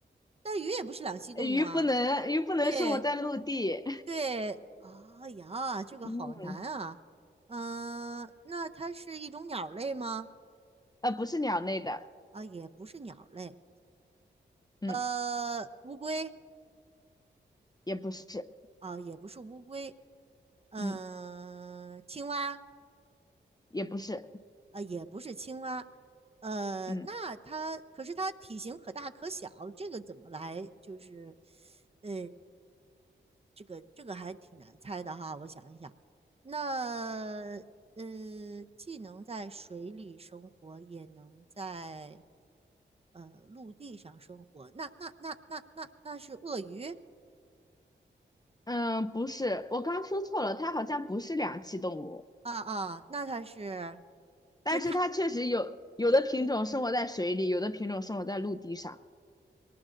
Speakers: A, on the right (about 30°); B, on the left (about 20°).
A: 但鱼也不是两栖动物啊。
B: 呃鱼不能鱼不能生活在陆地，
A: 对，对，哎呀，这个好难啊。
B: <laughs> 嗯，
A: 嗯、那它是一种鸟类吗？
B: 呃，不是鸟类的，
A: 啊，也不是鸟类。
B: 嗯，
A: 呃，乌龟
B: 也不是，
A: 啊，也不是乌龟。嗯、
B: 嗯，
A: 青蛙
B: 也不是，
A: 呃，也不是青蛙，呃，
B: 嗯
A: 那它可是它体型可大可小，这个怎么来就是，呃，这个这个还挺难猜的哈，我想一想，那呃，既能在水里生活，也能在呃陆地上生活，那那那那那那是鳄鱼
B: 嗯，不是，我刚刚说错了，它好像不是两栖动物，
A: 啊啊，那它是，
B: 但是它确实有有的品种生活在水里，
A: 就是它
B: 有的品种生活在陆地上。